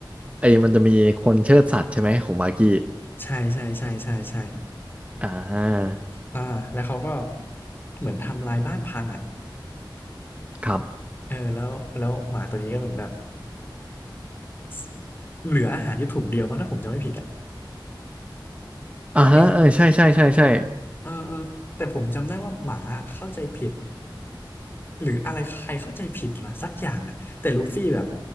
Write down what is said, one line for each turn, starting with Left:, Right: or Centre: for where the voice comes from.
Right: ไอ้มันจะมีคนเชิดสัตว์ใช่ไหมของบากี้
Left: ใช่ใช่ใช่ใช่ใช่
Right: อ่า
Left: อ่าแล้วเขาก็เหมือนทำลายบ้านพังอ่ะ
Right: ครับ
Left: เออแล้วแล้วหมาตัวนี้ก็เหมือนแบบสเหลืออาหารอยู่ถุงเดียวมั้งถ้าผมจำไม่ผิดอ่ะ
Right: อ่าฮะเออใช่ใช่ใช่ใช่
Left: เอ๊ะเออเออแต่ผมจำได้ว่าหมาเข้าใจผิด หรืออะไรใครเข้าใจผิดมาสักอย่างอ่ะแต่ลูฟี่แบบ